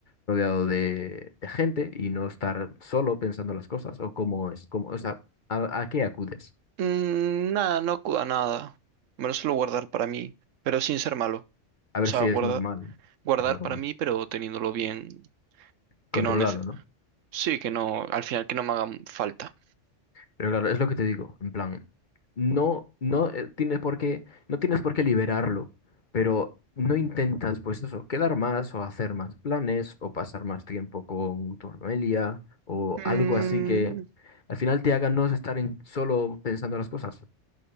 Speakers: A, on the left; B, on the right.
A: rodeado de, de gente y no estar solo pensando las cosas o cómo es, cómo, o sea, a, a qué acudes.
B: Mm, nada, no acuda a nada. Me lo suelo guardar para mí, pero sin ser malo.
A: A ver
B: O sea,
A: si
B: guarda-
A: es normal,
B: guardar
A: es normal,
B: para mí, pero teniéndolo bien,
A: controlado,
B: que no nece-
A: ¿no?
B: sí, que no, al final que no me haga falta.
A: Pero claro, es lo que te digo, en plan, no, no eh, tienes por qué, no tienes por qué liberarlo, pero no intentas, pues eso, quedar más o hacer más planes o pasar más tiempo con tu familia o
B: Mm,
A: algo así que al final te haga no estar en- solo pensando las cosas.